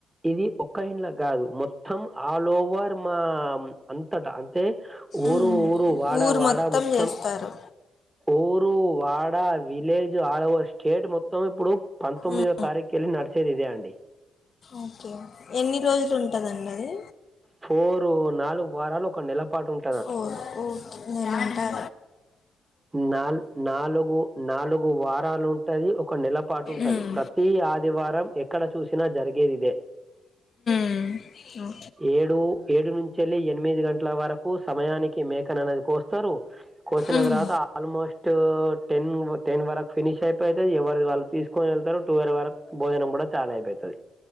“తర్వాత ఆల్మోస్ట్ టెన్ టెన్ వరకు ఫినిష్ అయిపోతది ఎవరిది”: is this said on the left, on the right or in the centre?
Right